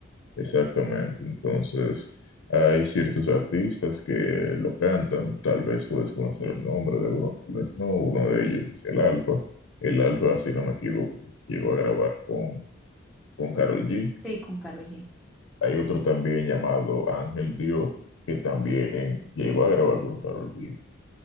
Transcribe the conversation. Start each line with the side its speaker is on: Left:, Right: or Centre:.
Left: exactamente. Entonces, hay ciertos artistas que lo cantan, tal vez puedes conocer el nombre de uno, tal vez no. Uno de ellos es el Alfa. El Alfa, si no me equivoco, llegó a grabar con, con Karol G.
Centre: Sí, con Karol G.
Left: Hay otro también llamado Ángel Dior, que también llegó a grabar con Karol G.